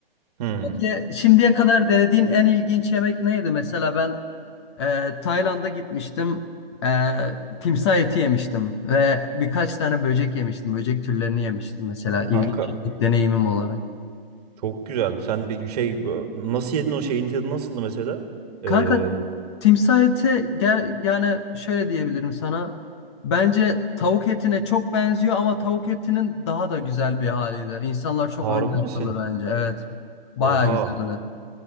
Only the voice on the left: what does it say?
Peki şimdiye kadar denediğin en ilginç yemek neydi? Mesela ben ee, Tayland'a gitmiştim. Ee, timsah eti yemiştim ve birkaç tane böcek yemiştim. Böcek türlerini yemiştim mesela ilginç
bir deneyimim olarak.
Kanka timsah eti gel, yani şöyle diyebilirim sana. Bence tavuk etine çok benziyor ama tavuk etinin daha da güzel bir haliydi. İnsanlar çok
ön yargılı
bence. Evet. Bayağı
güzeldi.